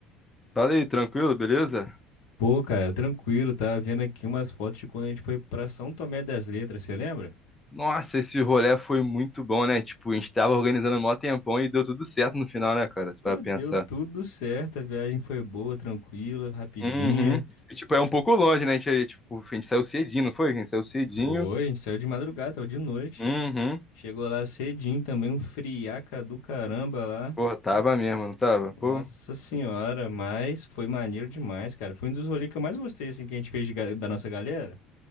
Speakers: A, on the left (about 15°); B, on the left (about 65°).
A: Fala aí, tranquilo, beleza?
B: Pô, cara, tranquilo, tava vendo aqui umas fotos de quando a gente foi pra São Tomé das Letras, você lembra?
A: Nossa, esse rolê foi muito bom, né? Tipo, a gente tava organizando um maior tempão e deu tudo certo no final, né, cara? Você
B: Pô,
A: vai pensar.
B: deu tudo certo, a viagem foi boa, tranquila, rapidinha.
A: Uhum. E, tipo, é um pouco longe, né? A gente, aí, tipo, a gente saiu cedinho, não foi? A gente saiu cedinho.
B: Foi, a gente saiu de madrugada, tava de noite.
A: Uhum.
B: Chegou lá cedinho também, um friaca do caramba lá.
A: Porra, tava mesmo, não tava? Pô.
B: Nossa senhora, mas foi maneiro demais, cara. Foi um dos rolês que eu mais gostei, assim, que a gente fez de ga- da nossa galera.